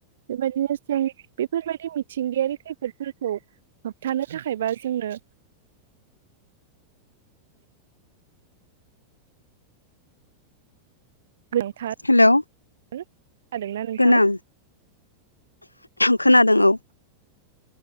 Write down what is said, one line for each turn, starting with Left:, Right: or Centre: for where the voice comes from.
Right: बेबायदिनो जों बेफोरबायदि मिथिंगायारि खैफोदफोरखौ होबथानो थाखायबा जोंनो गोनांथार।
Left: हेलौ
Right: हो' खोनादोंना नोंथां?
Left: गोनां खोनादों औ